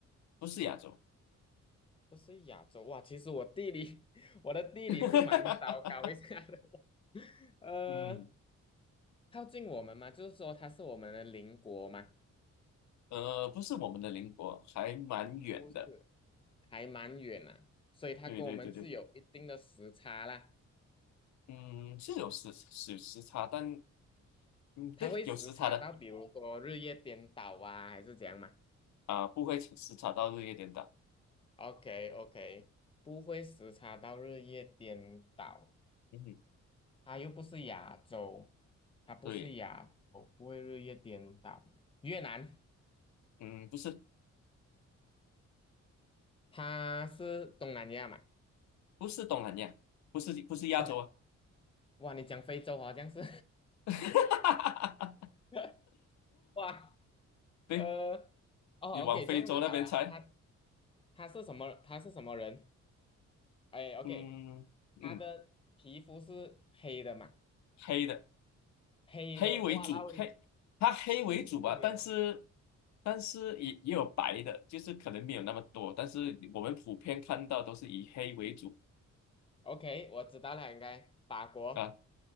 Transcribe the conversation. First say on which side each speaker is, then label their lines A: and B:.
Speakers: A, on the left; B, on the left.
A: 不是亚洲。
B: 不是亚洲哇，其实我地理 <laughs> 我的地理是蛮糟糕一下的。
A: <laughs>
B: <laughs> 呃，
A: 嗯，
B: 靠近我们嘛，就是说它是我们的邻国嘛，
A: 呃，不是我们的邻国，还蛮远的。
B: 不是，还蛮远啊，所以它跟我们是有一定的时差啦。
A: 对对对对。嗯，是有时是有时差，但嗯，对，
B: 它会时差到比如说日夜颠倒啊，
A: 有时差的
B: 还是怎样嘛？
A: 啊、不会时差到日夜颠倒。
B: OK OK，不会时差到日夜颠倒，
A: 嗯哼
B: 它又不是亚洲，它不是亚洲，
A: 对，
B: 不会日夜颠倒。越南，
A: 嗯，不是
B: 它是东南亚嘛？
A: 不是东南亚，不是不是亚洲啊，
B: 哇哇，你讲非洲好像是，
A: <laughs>
B: <laughs> 哇
A: 对
B: 呃哦
A: 你往非洲那边猜，
B: OK，这样就好了。它他他是什么？他是什么人？哎 OK，
A: 嗯嗯，
B: 他的皮肤是黑的嘛？
A: 黑的
B: 黑的，
A: 黑为主，
B: 哇，然后你
A: 黑它黑为主吧，
B: 去这样远啊？
A: 但是但是也也有白的，就是可能没有那么多，但是我们普遍看到都是以黑为主
B: OK，我知道了，应该法国，
A: 啊